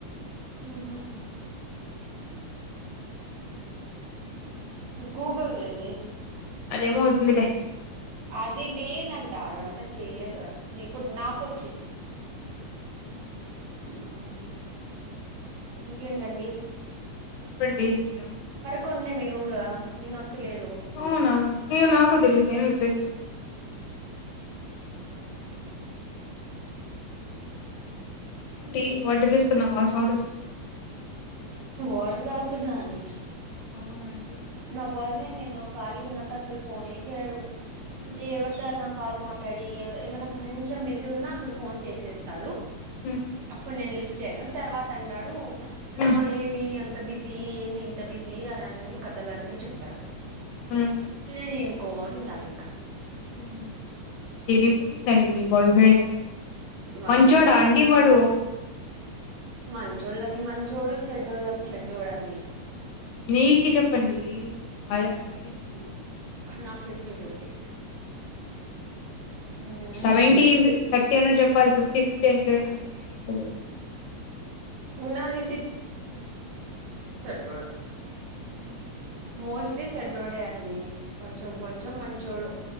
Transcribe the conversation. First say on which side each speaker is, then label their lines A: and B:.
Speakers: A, on the right (about 75°); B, on the left (about 80°).
A: ఉ హ గూగల్ దండి
B: అదేమోతుందిలే
A: అది లేదంట అదంతా చేయలేదు అ చేయకూడదు నాకోచ్చింది ఉమ్ ఇంకేంటండి
B: ప్పండి ఇకా
A: కొంది మీ రూమ్ లో నిన్న వస్తలేదు
B: అవునా ఏమో నాకు తెలీదు నేను ఇప్పుడే చూస్తున్నాను ఏంటి వంట చేస్తున్నావా సౌండ్ వస్తుంది
A: ఓటర్ తాగుతున్నా అండి
B: అవునం
A: నా బాయ్ ఫ్రెండ్ నేను ఖాళీగున్నప్పుడు అసలు ఫోనే చేయడు
B: హ్మ్
A: ఎవరితో అన్న కాల్ మాట్లాడి ఏమైన్నా కొంచెం బిజీ ఉన్నా అప్పుడు ఫోన్ చేసేస్తాడు
B: హ్మ్
A: అప్పుడు నేను లిఫ్ట్ చేయను తర్వాత అంటాడు
B: హ్మ్
A: ఆ ఏమి అం ఇంత బిజీ ఏమి ఇంత బిజీ అని అన్ని కథలన్నీ చెప్తాడు
B: హ్మ్
A: నేను ఇనుకోని ఉండాలి ఇంకా
B: ఉమ్ సరిపోయిందండి మీ బాయ్ ఫ్రెండ్ది
A: బాబో
B: మంచోడా అండి వాడు
A: మంచోళ్ళకి మంచోడు చెడ్డోళ్ళకి చెడ్డోదండి
B: నీకి చెప్పండి వాళ్ళకంతా ఏంటి
A: ఆ నాకు fifty fifty hmm
B: seventy thirty అన్న చెప్పాలి ఫిఫ్టీ ఫిఫ్టీ ఎట్ల అని ఎంటిదది
A: నాది రోడు
B: ఉమ్
A: మోస్ట్లీ చెడ్డోడే అండి కొంచెం కొంచెం మంచోడు